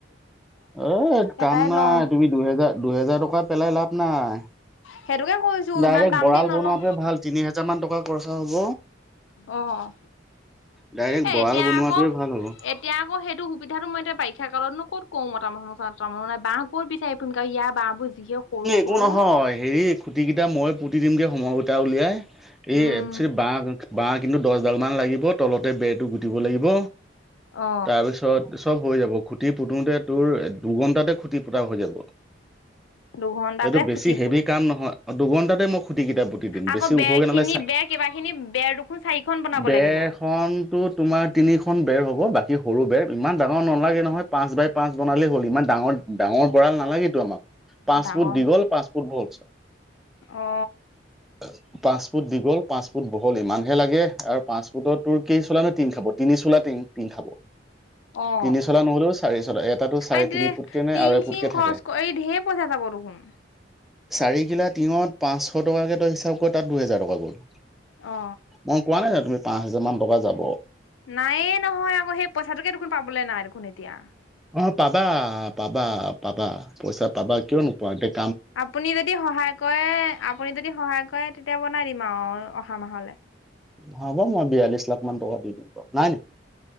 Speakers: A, in the centre; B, on the left (about 80°).
A: এ কাম
B: এটাই
A: নাই
B: ল'ম
A: তুমি দুহেজাৰ দুহেজাৰ টকাৰ পেলাই লাভ নাই।
B: সেইটোকে কৈছো
A: ডাইৰেক্ট
B: ইমান দাম
A: বৰাল
B: দ নলওঁ
A: বনোৱাটোৱে ভাল তিনি হেজাৰ মান টকা খৰচা হ'ব।
B: অ'
A: ডাইৰেক্ট
B: এ
A: বৰাল
B: এতিয়া
A: বনোৱাটোৱে
B: আকৌ
A: ভাল হ'ব।
B: এতিয়া আকৌ সেইটো সুবিধাটো মই এতিয়া বাৰিষা কালতনো ক'ত কো মতা মানহ তে বাহ কত বিচাৰে পুমাও ইয়া বুজ য সৰু সৰু
A: এক নহয় হেৰি খুটি এতিয়া মই পুতি দিমগে সময় উোটা উলিয়াই এই
B: উম
A: ব বাহহ কিন্তু দহডাল মান লাগিব তলতে বেৰটো গুটিব লাগিব
B: অ
A: তাৰপিছত চব হৈ যাব খুঁটি পুতোতে তোৰ দুঘন্টাতে খুটি পোতা হৈ যাব
B: দুঘন্টাতে
A: এইটো বেছি
B: খুটি
A: হেভি
B: পুত
A: কাম নহয় দুঘণ্টাতে তাতে মো খুটি কেইটা পুতি দিম
B: আকৌ
A: বেছি
B: বেৰ
A: ওখকে
B: খিনি
A: নাই চাই
B: বেৰ কেইবা খিনি বেৰ দুখোন চাৰিখন বনাব
A: বেৰখনতো
B: লাগিব
A: তোমাৰ তিনিখন বেৰ হব বাকী সৰু বেৰ ইমান ডাঙৰ নালাগে নহয় পাঁচ বাই পাঁচ বনালেই হ'ল ইমান ডাঙৰ ডাঙৰ গঁৰাল নালাগেতো আমাক পাঁচ
B: ডাঙৰ
A: ফুট দীঘল পাঁচ ফুট বহল
B: অ
A: <unintelligible> পাঁচ ফুট দীগল পাঁচ ফুট ফু বহল ইমানহে লাগে আৰু পাঁচফুটত তোৰ কেই চোলা নে তিং খাব তিনি চোলা তিং খাব
B: অ'
A: তিনি চলা নহ'লেও চাৰি চলা এটাতো চাৰে
B: আৰুতি
A: তিনি ফুটকে নে
B: টিং
A: আঢ়ৈ ফুটকে
B: চিং
A: থাকে
B: খৰচ কৰি এই ঢেৰ পইচা যাব চোন উম
A: চাৰি কিলা টিঙত পাঁচশ টকাকে তই হিচাপ কৰি তাত দুহেজাৰ টকা গ'ল
B: অ
A: মই কোৱা নাই জানো পাঁচ হেজাৰমান টকা যাব
B: নায়ে নহয় আকৌ সেই পইচাটোকে দেখোন পাবলৈ নাই দেখোন এতিয়া।
A: অ' পাবা পাবা- পাবা পইচা পাবা কিয় নো <inaudible>
B: আপুনি যদি সহায় কৰে আপুনি যদি সহায় কৰে তেতিয়া বনাই দিম। অঁ অহা মাহলে।
A: হব মই বিয়াল্লিশ লাখ মান টকা দি দিম। নাই নেকি?